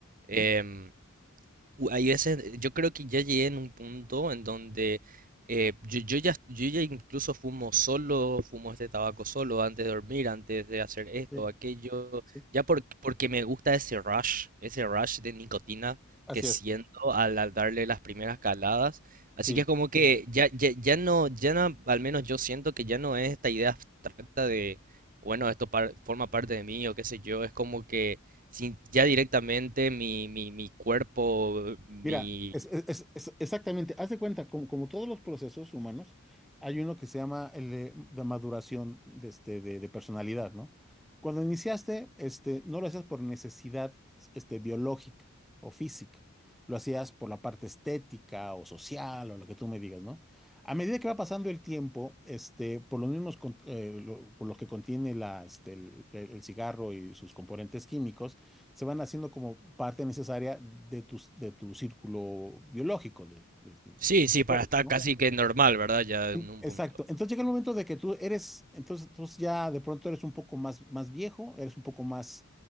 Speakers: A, on the right (about 40°); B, in the centre.
A: em, u- Hay veces, yo creo que ya llegué en un punto en donde eh, yo, yo ya, yo ya incluso fumo solo, fumo este tabaco solo antes de dormir, antes de hacer esto,
B: Sí,
A: aquello,
B: sí,
A: ya por- porque me gusta ese rush, ese rush de nicotina
B: así
A: que siento
B: es.
A: al, al darle las primeras caladas. Así
B: Sí.
A: que es como que ya, ya, ya no, ya no, al menos yo siento que ya no es esta idea abstracta de, bueno, esto par- forma parte de mí o qué sé yo, es como que sin ya directamente mi, mi, mi cuerpo, mi...
B: Mira, es, es- es- exactamente, haz de cuenta, como, como todos los procesos humanos, hay uno que se llama el de, de maduración de, este, de, de personalidad, ¿no? Cuando iniciaste, este, no lo hacías por necesidad, este, biológica o física, lo hacías por la parte estética o social o lo que tú me digas, ¿no? A medida que va pasando el tiempo, este, por los mismos, con- eh, lo- por los que contiene la, este, el el- el cigarro y sus componentes químicos, se van haciendo como parte necesaria de tu, de tu círculo biológico, de, de- de-
A: Sí,
B: de
A: sí,
B: tu cuerpo,
A: para estar
B: ¿no?
A: casi que normal, ¿verdad? Ya
B: En-
A: en un
B: Exacto.
A: punto.
B: Entonces llega el momento de que tú eres, entonces, entonces ya de pronto eres un poco más, más viejo, eres un poco más,